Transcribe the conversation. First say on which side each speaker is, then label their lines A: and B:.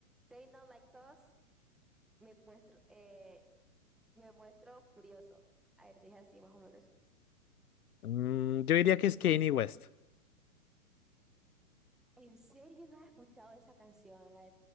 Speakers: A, in the centre; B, on the left.
A: Say Not Like Us me muestro, eh, me muestro furioso. A ver, dije así más o menos.
B: Mm, yo diría que es Kanye West.
A: ¿En serio no has escuchado esa canción, la de